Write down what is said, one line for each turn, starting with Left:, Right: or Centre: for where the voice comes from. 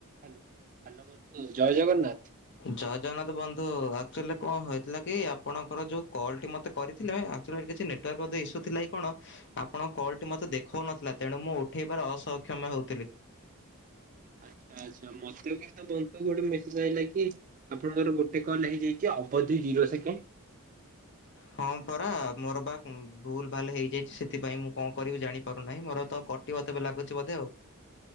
Right: Hello hello ବନ୍ଧୁ ଜୟ ଜଗନ୍ନାଥ।
Left: ଜୟ ଜଗନ୍ନାଥ ବନ୍ଧୁ ଆକଚୋଲିରେ କଣ ହେଇଥିଲା କି ଆପଣଙ୍କର ଯୋଉ କଲଟି ମତେ କରିଥିଲେ ଆ କଚୋଲି ଏଠି କିଛି ନେଟୱାର୍କ ବୋଧେ ଇସୁ ଥିଲା କି କଣ ଆପଣଙ୍କ କଲଟି ମତେ ଦେଖୋଉ ନଥୁଲା ତେଣୁ ମୁଁ ଉଠେଇବାରେ ଅସକ୍ଷମ ହୋଉଥିଲି।
Right: ଆଚ୍ଛା ଆଚ୍ଛା ମତେ ବି ତ କନ ତ ଗୋଟେ ମେସେଜ ଆଇଲା କି ଆପଣଙ୍କର ଗୋଟେ କଲ ହେଇଯାଇ ଚି ଅବଧି ଜିରୋ ସେକେଣ୍ଡ।
Left: ହଁ ପରା ମୋର ପା କୁଁ ଭୁଲ ଭାଲ ହେଇଯାଇଚି ସେଥିପାଇଁ ମୁଁ କଣ କରିବି ଜାଣି ପାରୁନାହିଁ ମୋର ତ କ ଟିବ ତେବେ ଲାଗୁଚି ବୋଧେ ଆଉ।